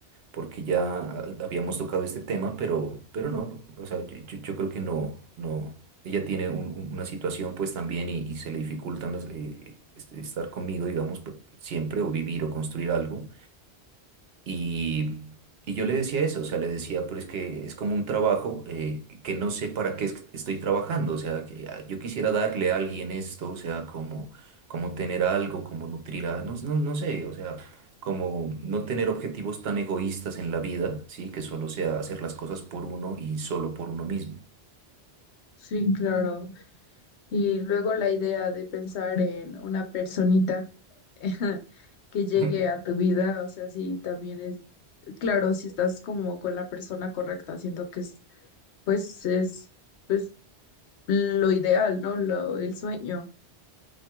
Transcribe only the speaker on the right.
porque ya ah, habíamos tocado este tema, pero, pero no, o sea, yo, yo- yo creo que no, no. Ella tiene un- un- una situación pues también y, y se le dificultan las, eh, eh, este, estar conmigo, digamos, pe- siempre o vivir o construir algo. Y, y yo le decía eso, o sea, le decía, pero es que es como un trabajo eh, que no sé para qué es- estoy trabajando, o sea, que ah, yo quisiera darle a alguien esto, o sea, como, como tener algo, como nutrir a, no, no, no sé, o sea, como no tener objetivos tan egoístas en la vida, ¿sí? Que solo sea hacer las cosas por uno y solo por uno mismo.
<laughs>